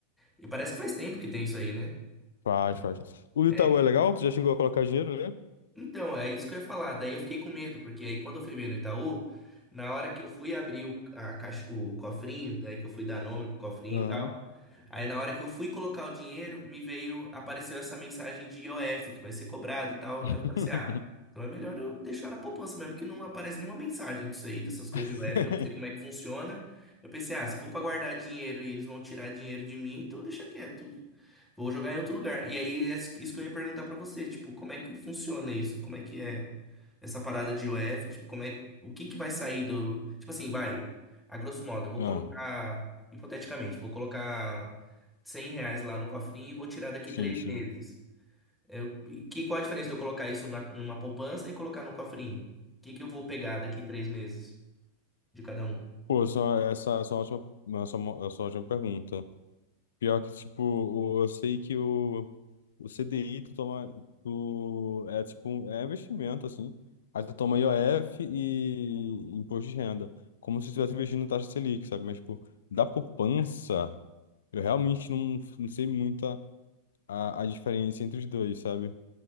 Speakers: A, in the centre; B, on the left (about 60°).
A: E parece que faz tempo que tem isso aí, né?
B: Faz, faz. O do
A: É.
B: Itaú é legal? Tu já chegou a colocar dinheiro, né?
A: Então, é isso que eu ia falar. Daí eu fiquei com medo, porque aí quando eu fui ver no Itaú, na hora que eu fui abrir o, a caixa- o cofrinho, daí que eu fui dar nome pro cofrinho
B: Aham.
A: e tal, aí na hora que eu fui colocar o dinheiro, me veio, apareceu essa mensagem de IOF, que vai ser cobrado e tal.
B: <laughs>
A: Aí eu falei assim, ah, então é melhor eu deixar na poupança mesmo, que não aparece nenhuma mensagem disso aí, dessas coisas
B: <laughs>
A: de IOF, eu não sei como é que funciona. Eu pensei, ah, se for pra guardar dinheiro e eles vão tirar dinheiro de mim, então deixa quieto. Vou jogar em outro lugar. E aí, é isso que eu ia perguntar pra você, tipo, como é que funciona isso? Como é que é essa parada de o f Tipo, como é, o que que vai sair do, tipo assim, vai, a grosso modo, eu vou
B: Ah,
A: colocar, hipoteticamente, vou colocar 100 reais lá no cofrinho e vou tirar daqui
B: sim,
A: três
B: sim.
A: meses. Eu, e que, qual a diferença de eu colocar isso na- numa poupança e colocar no cofrinho? O que que eu vou pegar daqui três meses de cada um?
B: Pô, só, essa, essa é ótima, essa, é essa é ótima pergunta. Pior que, tipo, o- eu sei que o, o C CDI tu toma, tu, é tipo, um- é investimento, assim. Aí tu toma I O F e imposto de renda. Como se tu estivesse investindo em taxa Selic, sabe? Mas, tipo, da poupança, eu realmente não, não sei muito a, a a diferença entre os dois, sabe?